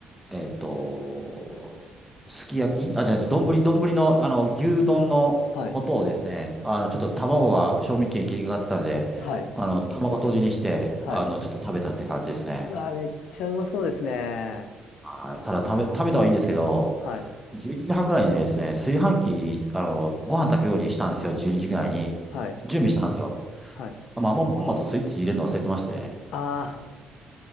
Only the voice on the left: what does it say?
はい、
はい、
はい。
あ、めっちゃうまそうですね。
はい、
はい、
はい。
あ